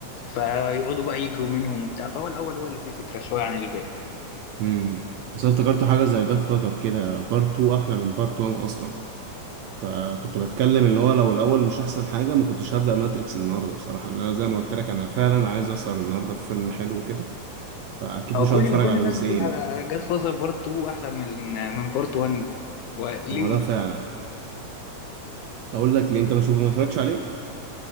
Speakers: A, on the left; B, on the right.
A: فيقعدوا بقى يجروا منهم وبتاع فهو الاول هو اللي فيه فكره شويه عن الباقي
B: امم بس أنا افتكرت حاجة زي جاد فاذر كده بارت 2 احلى من بارت 1 اصلا فكنت بتكلم اللي هو لو الاول مش احسن حاجة ما كنتش هبدأ ماتريكس النهاردة بصراحة لأن انا زي ما قلت لك انا فعلا عايز اسهر النهاردة في فيلم حلو كده فاكيد
A: هو
B: مش
A: كل
B: هقعد اتفرج
A: ان كل
B: على
A: الناس
B: جزئين
A: بتقول على جاد فازر بارت 2 احلى من من بارت 1 وليه
B: هو ده فعلا اقول لك ليه انت ما شوف ما اتفرجش عليه